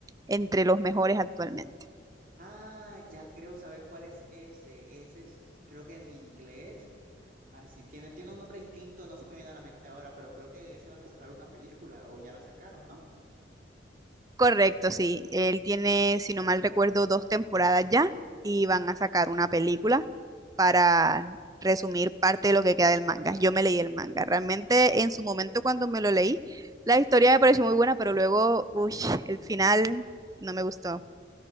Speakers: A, on the right (about 20°); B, on the right (about 45°).
A: entre los mejores actualmente.
B: Ah, ya creo saber cuál es ese. Ese es, creo que en inglés, así tiene, tiene un nombre distinto, no se me viene a la mente ahora, pero creo que de ese van a sacar una película o ya la sacaron, ¿no?
A: Correcto, sí. Él tiene, si no mal recuerdo, dos temporadas ya y van a sacar una película para resumir parte de lo que queda del manga. Yo me leí el manga. Realmente en su momento cuando me lo leí, la historia me pareció muy buena, pero luego, uy, el final no me gustó.